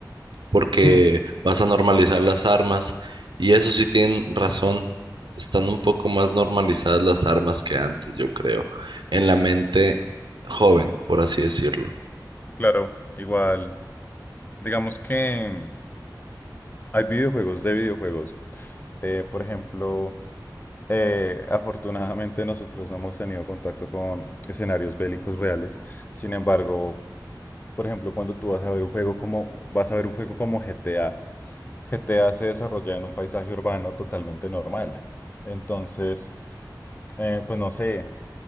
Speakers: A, on the right (about 85°); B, on the left (about 25°).
A: porque
B: Hmm,
A: vas a normalizar las armas. Y eso sí tienen razón. Están un poco más normalizadas las armas que antes, yo creo, en la mente joven, por así decirlo.
B: claro, igual, digamos que hay videojuegos de videojuegos. Eh, por ejemplo, eh, afortunadamente nosotros no hemos tenido contacto con escenarios bélicos reales. Sin embargo, por ejemplo, cuando tú vas a ver un juego como, vas a ver un juego como GTA, GTA se desarrolla en un paisaje urbano totalmente normal. Entonces, eh, pues no sé,